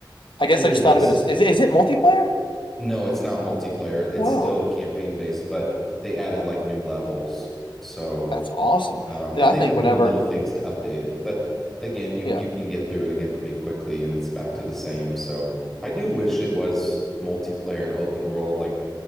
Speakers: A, on the left; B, in the centre.
A: I guess
B: It
A: I
B: is.
A: just thought of it as is is it multiplayer?
B: No, it's not multiplayer. It's
A: Whoa.
B: still campaign based, but they added like new levels. So,
A: That's awesome.
B: um,
A: Did
B: and
A: I
B: they've
A: think
B: been
A: whenever
B: doing little things to update it. But again, you
A: yeah,
B: you can get through it again pretty quickly, and it's back to the same. So, I do wish it was multiplayer and open world. Like,